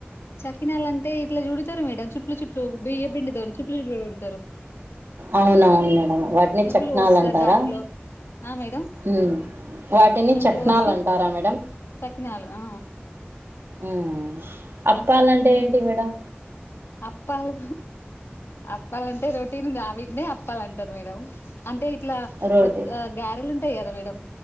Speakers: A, on the left; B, on the right.
A: సకినాలు అంటే ఇట్లా చూడతారు మేడం చుట్ల చుట్లు బియ్య పిండితోని చుట్లు చుట్లు చుడతారు
B: అవును అవును మేడం వాటిని
A: నువ్వులు
B: చక్నాల్
A: పోస్తారు
B: అంటారా
A: దాంట్లో ఆ మేడం
B: ఉమ్ వాటిని
A: నువ్వులు
B: చక్నాల్
A: పోసి
B: అంటారా మేడం
A: సకినాలు ఆ
B: ఉమ్ అప్పాలంటే
A: సంక్రాంతి ముందు
B: ఏంటి మేడం
A: అప్పాలు అప్పాలంటే రోటీన్ గా వీటినే అప్పాలంటారు మేడం అంటే ఇట్లా
B: రోటీ
A: ఒ గ్యారెలు ఉంటాయి గద మేడం